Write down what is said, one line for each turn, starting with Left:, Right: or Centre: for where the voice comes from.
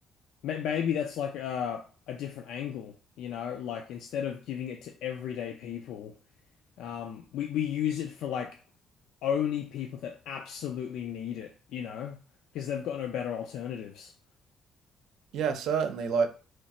Left: ma- maybe that's like a a different angle, you know, like instead of giving it to everyday people, um, we we use it for like only people that absolutely need it, you know, because they've got no better alternatives.
Right: Yeah, certainly. Like,